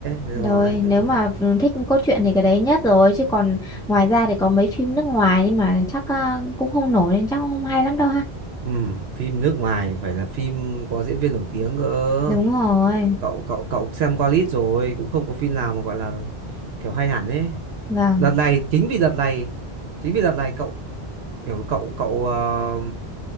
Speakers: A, on the right; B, in the centre.
A: thế
B: rồi
A: rồi thế
B: nếu
A: thì
B: mà
A: cậu
B: thích cốt truyện thì cái đấy nhất rồi chứ còn ngoài ra thì có mấy phim nước ngoài nhưng mà chắc à, cũng không nổi nên chắc cũng không hay lắm đâu ha.
A: Ừ, phim nước ngoài phải là phim có diễn viên nổi tiếng cơ.
B: Đúng rồi.
A: Cậu cậu cậu xem qua list rồi, cũng không có phim nào mà gọi là kiểu hay hẳn ấy.
B: Vâng.
A: Đợt này chính vì đợt này chính vì đợt này cậu kiểu cậu cậu ờ,